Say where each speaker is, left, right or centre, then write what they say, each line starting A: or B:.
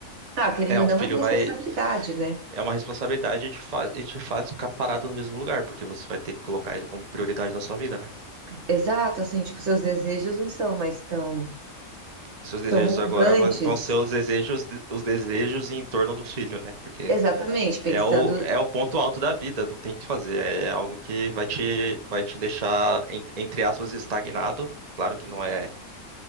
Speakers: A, on the right; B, on the right.
A: Ah, querendo
B: É,
A: ou
B: um
A: não,
B: filho
A: é responsabilidade,
B: vai.
A: né?
B: É uma responsabilidade e te faz, e te faz ficar parado no mesmo lugar, porque você vai ter que colocar ele como prioridade da sua vida, né?
A: Exato, assim, tipo, seus desejos não são mais tão,
B: Seus desejos
A: tão relevantes.
B: agora va- vão ser os desejos, os desejos em torno do filho, né? Porque
A: Exatamente, pensando
B: é o, é o ponto alto da vida, não tem o que fazer. É algo que vai te, vai te deixar, en- entre aspas, estagnado. Claro que não é,